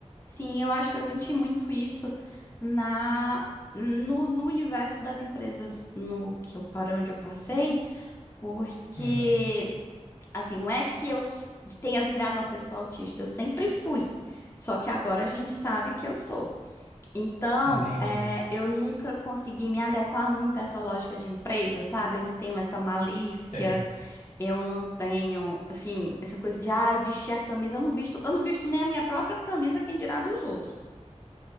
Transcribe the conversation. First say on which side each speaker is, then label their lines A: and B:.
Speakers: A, on the left (about 20°); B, on the left (about 80°).
A: Sim, eu acho que eu senti muito isso na no, no universo das empresas no que eu para onde eu passei, porque
B: Uhum,
A: assim, não é que eu s- tenha virado uma pessoa autista, eu sempre fui. Só que agora a gente sabe que eu sou. Então,
B: entendi.
A: é, eu nunca consegui me adequar muito a essa lógica de empresa, sabe? Eu não tenho essa malícia,
B: É
A: eu não tenho, assim, essa coisa de, ai, vestir a camisa, eu não visto, eu não visto nem a minha própria camisa, quem dirá dos outros.